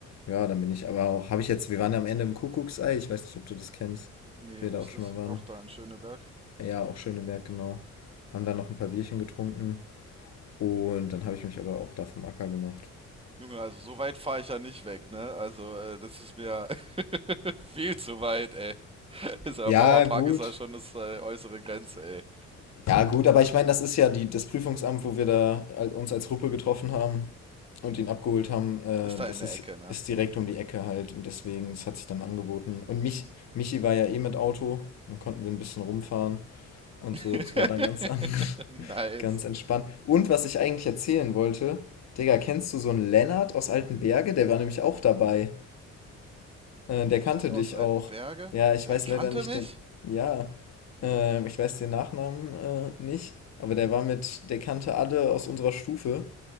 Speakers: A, on the left; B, on the right.
A: ja, dann bin ich aber auch. Habe ich jetzt. Wir waren ja am Ende im Kuckucksei. Ich weiß nicht, ob du das kennst.
B: Nee,
A: Wir
B: wo
A: da
B: ist
A: auch schon
B: das?
A: mal waren.
B: Auch da in Schöneberg.
A: Ja, auch Schöneberg, genau. Haben dann noch ein paar Bierchen getrunken. Und dann habe ich mich aber auch da vom Acker gemacht.
B: Junge, also so weit fahre ich ja nicht weg, ne? Also, äh, das ist mir <laughs> viel zu weit, ey. Dieser
A: Ja,
B: Mauerpark
A: gut.
B: ist ja schon das äh, äußere Grenze, ey.
A: Ja, gut, aber ich meine, das ist ja die, das Prüfungsamt, wo wir da al- uns als Gruppe getroffen haben und ihn abgeholt haben. Äh,
B: Ist da
A: das
B: in der
A: ist,
B: Ecke, ne?
A: ist direkt um die Ecke halt und deswegen, es hat sich dann angeboten. Und mich, Michi war ja eh mit Auto, dann konnten wir ein bisschen rumfahren und
B: <laughs>
A: so. Das war dann ganz, an, <laughs>
B: nice.
A: ganz entspannt. Und was ich eigentlich erzählen wollte, Digga, kennst du so einen Lennart aus Altenberge? Der war nämlich auch dabei. Äh, der
B: Lennart
A: kannte
B: aus
A: dich
B: Altenberge?
A: auch. Ja, ich
B: Der
A: weiß
B: kannte
A: leider nicht
B: mich?
A: den. Ja, ähm, ich weiß den Nachnamen äh, nicht, aber der war mit, der kannte alle aus unserer Stufe.